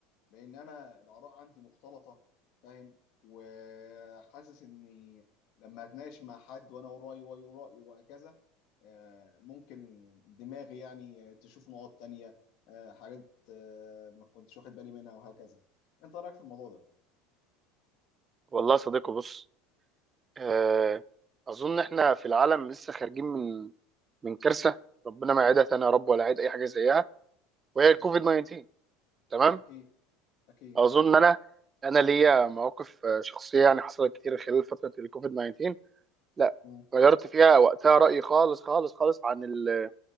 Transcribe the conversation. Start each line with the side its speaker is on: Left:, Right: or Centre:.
Left: لان انا الاراء عندي مختلطه فاهم وحاسس اني لما اتناقش مع حد وانا اقول رايي وهو يقول رايه وهكذا آه، ممكن دماغي يعني تشوف نقاط تانية آه، حاجات آه، ما كنتش واخد بالي منها وهكذا انت رايك في الموضوع ده
Right: والله يا صديقي بص آه، اظن احنا في العالم لسه خارجين من من كارثه ربنا ما يعيدها تاني يا رب ولا يعيد اي حاجه زيها وهي
Left: مم.
Right: الكوفيد 19 تمام
Left: اكيد اكيد
Right: اظن انا انا ليا مواقف آه، شخصيه يعني حصلت كتير خلال فتره الكوفيد 19 لا
Left: مم.
Right: غيرت فيها وقتها رايي خالص خالص خالص عن ال...